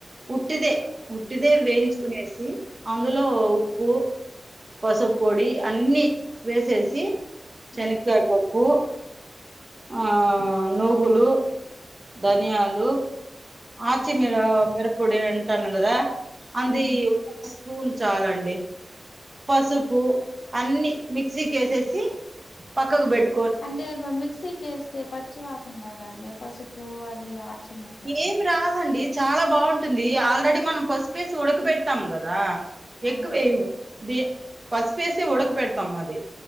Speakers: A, on the right; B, on the left.
A: ఉట్టిదే ఉట్టిదే వేయించుకునేసి అందులో ఉప్పు పసుపు పొడి అన్ని వేసేసి చెనక్కాయ్
B: ఉమ్
A: పప్పు ఆ నుగులు ధనియాలు
B: ధనియాలు
A: ఆచి మిర
B: ఉమ్
A: మిరపపొడి అంటానుకదా అందీ
B: ఉమ్
A: పూన్ చాలండి పసుపు అన్ని మిక్సీ కేసేసి పక్కకు బెట్
B: అంటే బ మిక్సీకి వేస్తే పచ్చివాసన రాదా అండి పసుపు అది ఆచి మసాలా
A: ఏం రాదండి చాల బాగుంటుంది ఆల్రెడీ మనం పసుపువేసి ఉడక పెడతాం కదా
B: ఆ
A: ఎక్కువేయము పస్పేసే ఉడకపెడతాము అది